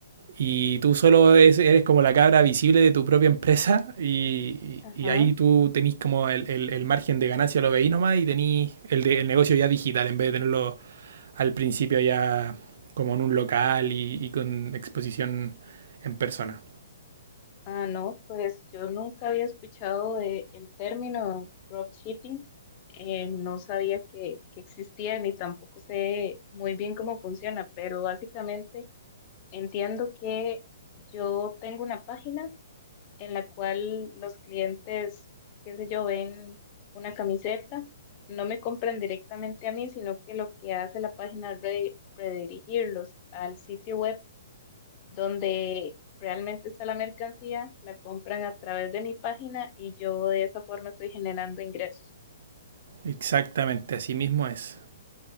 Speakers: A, on the right; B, on the left.
A: y tú solo es- eres como la cabra visible de tu propia empresa y,
B: ajá,
A: y- y ahí tú tenés como el, el- el margen de ganancia, lo veís nomás y tenés el, de- el negocio ya digital en vez de tenerlo al principio ya como en un local y, y con exposición en persona.
B: Ah, no, pues yo nunca había escuchado de el término dropshipping. Eh, no sabía que, que existía ni tampoco sé muy bien cómo funciona, pero básicamente entiendo que yo tengo una página en la cual los clientes, qué sé yo, ven una camiseta, no me compran directamente a mí, sino que lo que hace la página es re- redirigirlos al sitio web donde realmente está la mercancía, la compran a través de mi página y yo de esa forma estoy generando ingresos,
A: Exactamente, así mismo es.